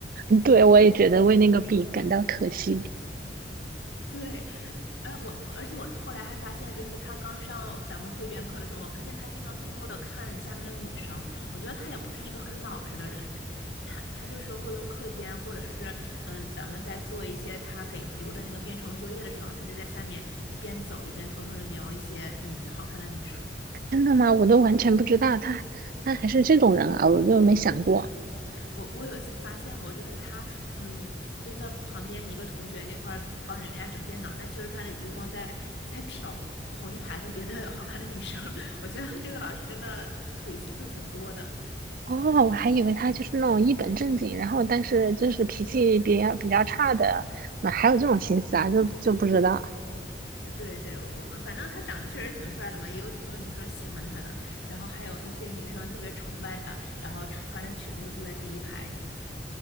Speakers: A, on the right (about 50°); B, on the left (about 75°).
A: 嗯对，我也觉得为那个笔感到可惜。
B: 对，而我而且我后来还发现，就是他刚上咱们汇编课的时候，我发现他经常偷偷的看下面的女生。我觉得他也不是一个很老实的人，他他就是会用课间或者是嗯，咱们在做一些他给留的那个编程作业的时候，他就在下面一边走一边偷偷的瞄一些嗯好看的女生。
A: 真的吗？我都完全不知道他他还是这种人啊，我就没想过。
B: 我我有一次发现过，就是他，嗯，蹲到旁边一个同学那块儿帮人家整电脑，但其实他的余光在在瞟同一排的别的好看的女生。<laughs> 我觉得这个老师真的鬼心思挺多的。
A: 哦，我还以为他就是那种一本正经，然后但是就是脾气比较比较差的，那还有这种心思啊？就就不知道。
B: 嗯对对，我反正他长得确实挺帅的嘛，也有挺多女生喜欢他的，然后还有一些女生特别崇拜他，然后穿着裙子坐在第一排。